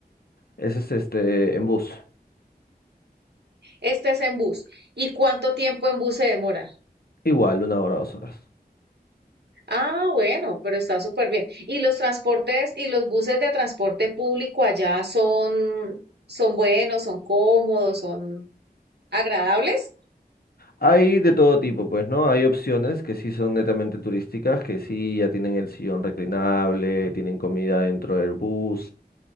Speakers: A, on the left; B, on the right.
A: Ese es este, en bus.
B: Este es en bus. ¿Y cuánto tiempo en bus se demora?
A: Igual, una hora, dos horas.
B: Ah, bueno, pero está súper bien. ¿Y los transportes y los buses de transporte público allá son, son buenos, son cómodos, son agradables?
A: Hay de todo tipo, pues, ¿no? Hay opciones que sí son netamente turísticas, que sí ya tienen el sillón reclinable, tienen comida dentro del bus,